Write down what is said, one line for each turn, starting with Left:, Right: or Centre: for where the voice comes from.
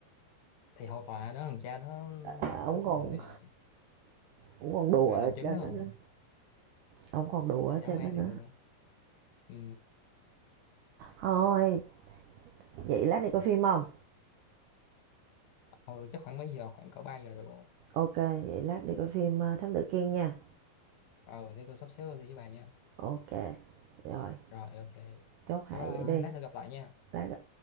Left: thì hầu tòa đó thằng cha đó
Right: À, ông
Left: cuối
Right: còn
Left: cùng thì
Right: ông còn đùa
Left: đây
Right: ở
Left: làm chứng
Right: trên
Left: đó à.
Right: đó nữa ông còn đùa ở trên
Left: dã man
Right: đó nữa
Left: thiệt luôn á. ừ.
Right: thôi vậy lát đi coi phim không
Left: Thôi chắc khoảng mấy giờ khoảng cỡ 3 giờ được rồi
Right: ok vậy lát đi coi phim ờ, thám tử kiên nha
Left: ờ thế tôi sắp xếp đi với bà nha
Right: ok rồi
Left: rồi ok bye
Right: chốt hạ
Left: bye
Right: vậy đi
Left: lát nữa gặp lại nha
Right: lát